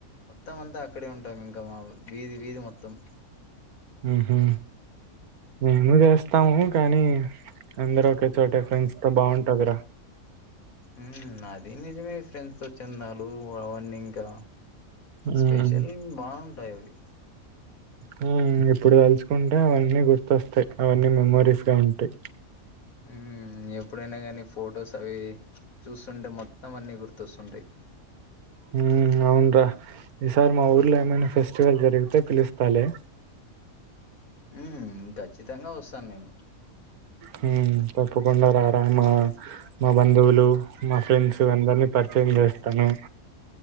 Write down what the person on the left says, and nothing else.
మొత్తం అంతా అక్కడే ఉంటాం ఇంకా మా వీధి వీధి మొత్తం
హు ఆది నిజమే ఫ్రెండ్స్ తో చెందాలు అవన్నీ ఇంకా
స్పెషల్ బాగుంటాయి అవి
హు ఎప్పుడైనా గాని ఫొటోస్ అవి చూస్తుంటే మొత్తం అన్ని గుర్తొస్తుంటాయి
హు ఖచ్చితంగా వస్తాను నేను